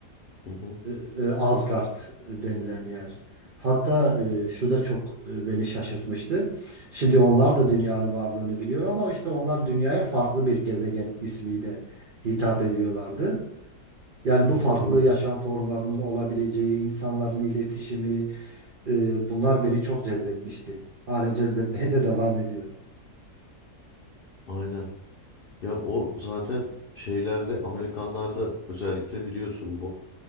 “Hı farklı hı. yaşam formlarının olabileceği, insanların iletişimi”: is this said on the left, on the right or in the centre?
Right